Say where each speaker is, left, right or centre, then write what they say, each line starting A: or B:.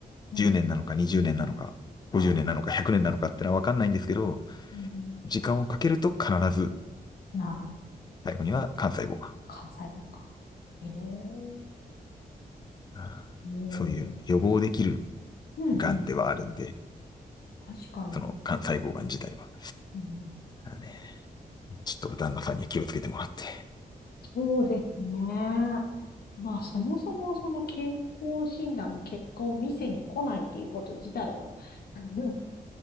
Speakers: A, on the left; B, on the left.
A: うん、
B: 10年なのか20年なのか、
A: はい。
B: 50年なのか100年なのかってのはわかんないんですけど、
A: うん、
B: 時間をかけると必ず
A: な、
B: 最後には幹細胞が、
A: 関西弁か。えー、も
B: あーそういう予防できる
A: う、うん、
B: がんではあるんで、
A: うん、確かに。
B: その幹細胞がん自体は、
A: うん
B: だからね、ちょっと旦那さんには気をつけてもらって。
A: そうですね。まあ、そもそもその健康診断の結果を見せに来ないっていうこと自体が、<laughs>